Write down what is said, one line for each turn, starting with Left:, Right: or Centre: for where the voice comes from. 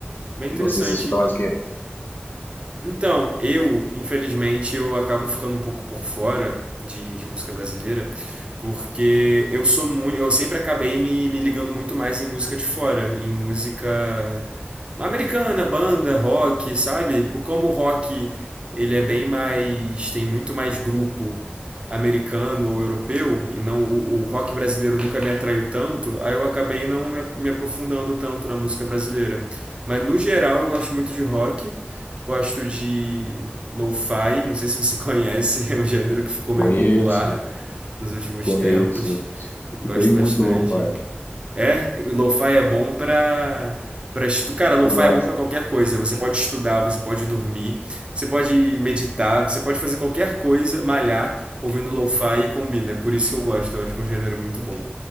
Right: Bem interessante.
Left: E você, você escuta mais o quê?
Right: Então, eu, infelizmente, eu acabo ficando um pouco por fora de, de música brasileira, porque eu sou muito, eu sempre acabei me, me ligando muito mais em música de fora, em música americana, banda, rock, sabe? Por como o rock ele é bem mais, tem muito mais grupo americano ou europeu e não o, o rock brasileiro nunca me atraiu tanto, aí eu acabei não me, me aprofundando tanto na música brasileira. Mas no geral eu gosto muito de rock Gosto de lo-fi, não sei se você <laughs> conhece, é um gênero que ficou
Left: Conheço,
Right: meio popular nos últimos
Left: conheço.
Right: tempos.
Left: Escutei
Right: Gosto
Left: muito
Right: bastante.
Left: lo-fi.
Right: É, lo-fi é bom pra para estu... Cara,
Left: Estudar.
Right: lo-fi é bom para qualquer coisa. Você pode estudar, você pode dormir, você pode meditar, você pode fazer qualquer coisa, malhar, ouvindo lo-fi e combina. É por isso que eu gosto, eu acho que é um gênero muito bom.